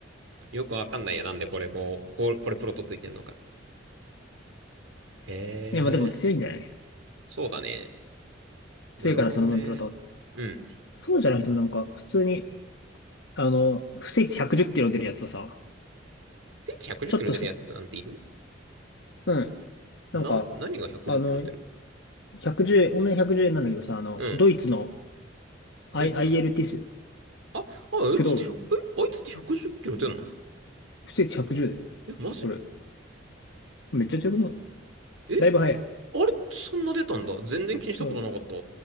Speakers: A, on the right (about 80°); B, on the left (about 70°).
A: う。よくわかんないや。なんでこれ、こう、こう、これプロとついてんのか。へえ、
B: いや、まあでも強いんじゃない
A: そうだね。なるほどね。
B: 強いからその分プロ倒せ。
A: うん。
B: そうじゃなくてもなんか、普通に、あの、不正値110キロ出るやつとさ、
A: スイッチ110キロ出るやつなんている
B: ちょっとしか、うん。
A: な、
B: なんか、
A: 何が110キロ出る
B: あの、110円、同じ110円なんだけどさ、あの、
A: うん。
B: ドイツの I、
A: ドイツの。
B: アイエ l ティス、
A: あ、あ、あいつって1え、
B: 駆動、
A: あいつって110キロ出んの
B: 不正値110だよ。
A: え、マジ
B: これ、めっちゃ強くない
A: え、あ
B: だいぶ早い。
A: れってそんな出たんだ。全然気にしたことなかった。
B: うん。